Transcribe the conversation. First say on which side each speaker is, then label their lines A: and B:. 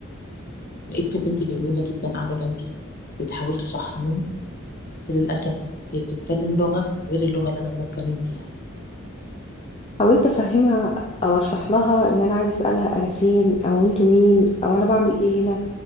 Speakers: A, on the left (about 45°); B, on the left (about 30°).
A: لقيت في بنت جميلة جدا قاعدة جنبي بتحاول تصحيني بس للأسف هي بتتكلم لغة غير اللغة اللي أنا بتكلم بيها
B: حاولت افهمها او اشرح لها ان انا عايزه اسالها انا فين او انتوا مين او انا بعمل ايه هنا